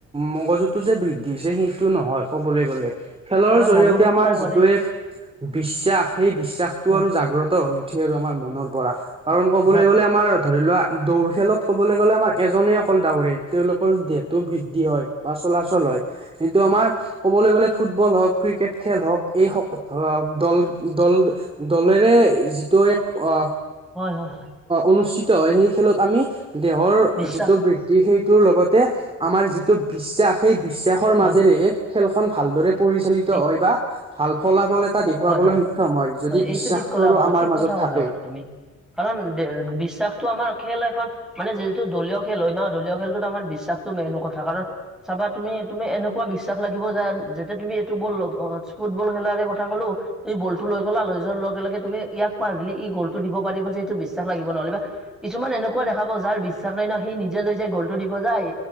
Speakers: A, on the right; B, in the centre.
A: মগজুটো যে বৃদ্ধি হৈছে সেইটো নহয়। ক'বলৈ গ'লে খেলৰ
B: আমাৰ
A: জৰিয়তে
B: মনৰ উৎসাহও
A: আমাৰ যিটোৱে
B: বাঢ়ে
A: বিশ্বাস সেই বিশ্বাসটো
B: হয়
A: আৰু জাগ্ৰত হৈ উঠি আৰু আমাৰ মনৰ পৰা।
B: <inaudible>
A: বুলি গলে আমাৰ আমাৰ ধৰি লোৱা দৌৰ খেলত ক'বলৈ গলে আমাৰ এজনেই অকল দাউৰে তেওঁলোকৰ দেহতো বৃদ্ধি হয়। বা চলাচল হয় কিন্তু আমাৰ ক'বলৈ গ'লে ফুটবল হওক ক্ৰিকেট খেল হওক এই সকলো দল, দল দলেৰে যিটো এক অ
B: হয় হয় হয়।
A: অনুষ্ঠিত হয় সেই খেলত আমি দেহৰ
B: বিশ্বাস
A: যিটো বৃদ্ধি সেইটোৰ লগতে আমাৰ যিটো বিশ্বাস সেই বিশ্বাসৰ
B: হয়
A: মাজেৰে খেলখন ভালদৰে পৰিচালিত
B: এই
A: হয় বা ভাল ফলাফল এটা দেখুৱাবলৈ
B: হয় হয়
A: সক্ষম হয় যদি
B: এইটো
A: বিশ্বাসটো
B: ঠিক ক'লা
A: আৰু
B: ক
A: আমাৰ
B: ঠিক
A: মাজত
B: কথা ক'লা
A: থাকে।
B: বাৰু তুমি। কাৰণ বিশ্বাসটো আমাৰ খেল এখন মানে যিহেতু দলীয় খেল হয় ন দলীয় খেলটোত আমাৰ বিশ্বাসটো মেইন কথা কাৰণ চাবা তুমি তুমি এনেকুৱা বিশ্বাস লাগিব যে যাতে তুমি এইটো বল ফুটবল খেলাৰে কথা থা কলো। এই বলটো লৈ গলা লৈ যোৱাৰ লগে লগে তুমি ইয়াক পাহিলি ই গলটো দিব পাৰিব যে এইটো বিশ্বাস লাগিব নহলে বা কিছুমান এনেকুৱা দেখাব যাৰ বিশ্বাস নাই ন সি নিজে লৈ যায় গ'লটো দিব যায়।